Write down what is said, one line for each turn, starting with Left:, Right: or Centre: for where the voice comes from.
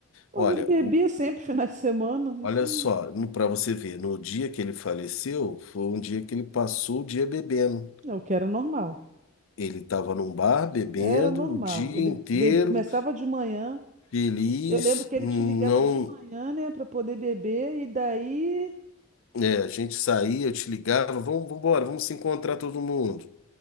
Right: Mas
Left: Olha,
Right: ele bebia sempre <laughs> finais de semana.
Left: Olha
Right: Isso
Left: só, para você ver, no dia que ele faleceu, foi um dia que ele passou o dia bebendo.
Right: é o que era normal.
Left: Ele estava num bar bebendo
Right: Era normal.
Left: o dia
Right: Ele
Left: inteiro,
Right: bebe... começava de manhã.
Left: feliz,
Right: Eu lembro que
Left: não,
Right: ele te ligava de manhã, né, para poder beber, e daí
Left: é, a gente saía, eu te ligava, vamos, vamos embora, vamos se encontrar todo mundo.